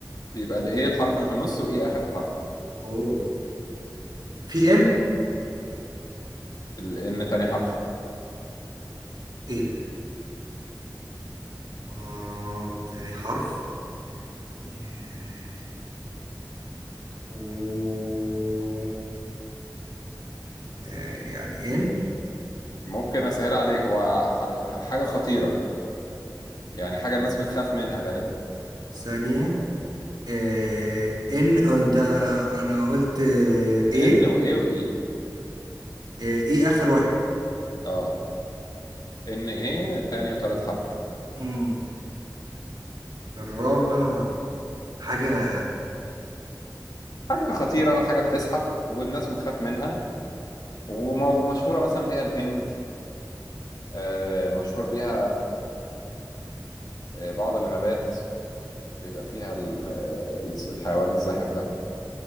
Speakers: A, on the left; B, on the right.
A: يبقى الايه الحرف اللي في النص وايه اخر حرف
B: أوه في إن
A: الان تاني حرف
B: إيه ده؟ آه تاني حرف آه، أوه آه، يعني إن
A: ممكن اسهل عليك هو ح- ح- حاجة خطيرة يعني حاجة الناس بتخاف منها غالبا
B: ثانية آه ان أو انت انا قلت آه، ايه
A: ان وايه وايه
B: آه، ايه اخر واحد
A: اه ان ايه تاني وتالت حرف
B: امم الرابع حاجة
A: حاجة خطيرة حاجة بتزحف والناس بتخاف منها ومشهورة مثلا بيها الهند آه، مشهور بيها آه، بعض الغابات بيبقى فيها ال- الحيوان الزاحف ده